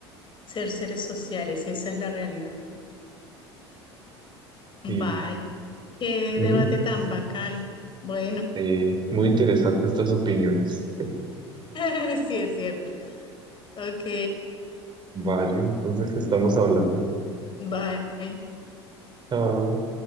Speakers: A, on the left; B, on the right.
A: Ser seres sociales, esa es la realidad. Vaya,
B: Y
A: qué
B: muy,
A: debate tan bacano. Bueno.
B: eh, muy interesantes estas opiniones.
A: <laughs> Sí, es cierto. Ok,
B: Vale, entonces estamos hablando.
A: bye.
B: Chao.